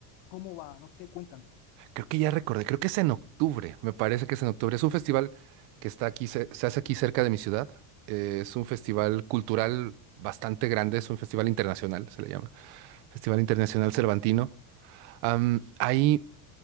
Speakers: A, on the left; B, on the right.
A: cómo va, no sé, cuéntame.
B: Creo que ya recordé, creo que es en octubre, me parece que es en octubre. Es un festival que está aquí, ce- se, hace aquí cerca de mi ciudad. Eh, es un festival cultural bastante grande, es un festival internacional, se le llama. Festival Internacional Cervantino. Am, hay